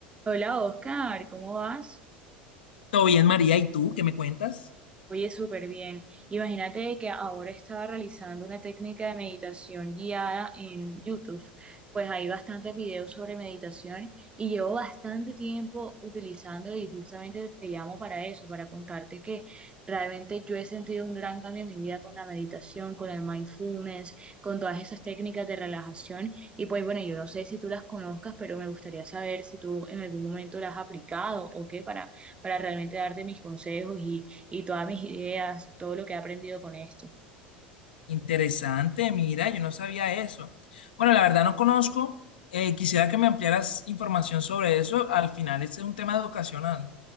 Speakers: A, on the right; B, on the left.
A: Hola Oscar, ¿cómo vas?
B: Todo bien, María, ¿y tú qué me cuentas?
A: Oye, súper bien. Imagínate que ahora estaba realizando una técnica de meditación guiada en YouTube. Pues hay bastantes videos sobre meditación y llevo bastante tiempo utilizándolo y justamente te llamo para eso, para contarte que realmente yo he sentido un gran cambio en mi vida con la meditación, con el mindfulness, con todas esas técnicas de relajación. Y pues bueno, yo no sé si tú las conozcas, pero me gustaría saber si tú en algún momento las has aplicado o qué para, para realmente darte mis consejos y y todas mis ideas, todo lo que he aprendido con esto.
B: Interesante, mira, yo no sabía eso. Bueno, la verdad no conozco. eh, quisiera que me ampliaras información sobre eso. Al final, este es un tema educacional.